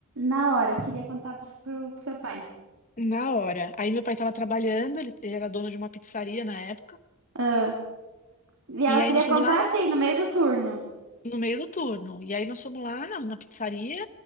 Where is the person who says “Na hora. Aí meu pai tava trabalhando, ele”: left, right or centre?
Left